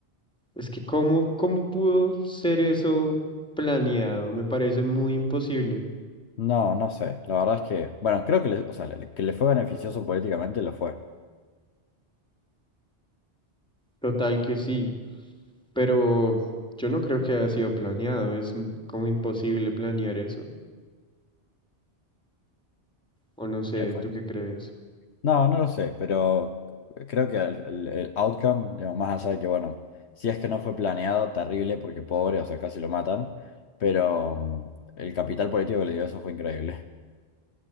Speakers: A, in the centre; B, on the left (about 75°).
A: es que cómo, cómo pudo ser eso planeado? Me parece muy imposible.
B: No, no sé. La verdad es que... Bueno, creo que le, o sea, le- que le fue beneficioso políticamente, lo fue.
A: Total que sí, pero yo no creo que haya sido planeado. Es m- como imposible planear eso. O no sé,
B: Exacto.
A: ¿tú qué crees?
B: No, no lo sé, pero creo que el, el- el outcome, digamos, más allá de que, bueno, si es que no fue planeado, terrible, porque pobre, o sea, casi lo matan, pero mm, el capital político que le dio eso fue increíble. <laughs>